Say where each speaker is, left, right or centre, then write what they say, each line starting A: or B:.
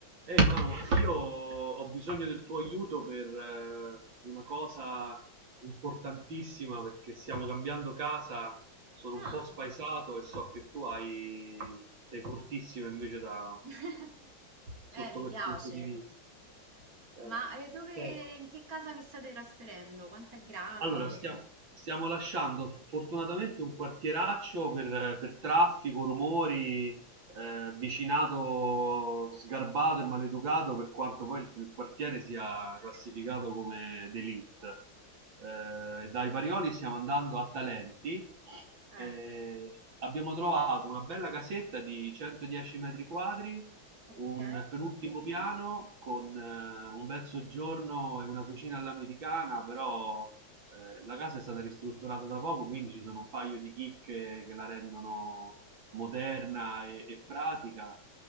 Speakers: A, on the right (about 70°); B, on the right (about 45°).
A: Ehi Manu, io ho bisogno del tuo aiuto per eh, una cosa importantissima perché stiamo cambiando casa, sono
B: Ah,
A: un po' spaesato e so che tu hai, sei fortissimo invece da,
B: <laughs>
A: sotto
B: eh, mi
A: quel
B: piace.
A: punto di vista. Eh,
B: Ma eh, dove,
A: eh,
B: in che casa vi state trasferendo? Quanto è grande?
A: allora, stia- stiamo lasciando fortunatamente un quartieraccio per, per traffico, rumori, eh, vicinato sgarbato e maleducato, per quanto poi il, il quartiere sia classificato come d'élite. Eh, dai Parioli stiamo andando a Talenti.
B: Eh,
A: eh, abbiamo trovato una bella casetta di 110 metri quadri,
B: ok.
A: un penultimo piano con eh, un bel soggiorno e una cucina all'americana, però eh, la casa è stata ristrutturata da poco, quindi ci sono un paio di chicche che la rendono moderna e, e pratica.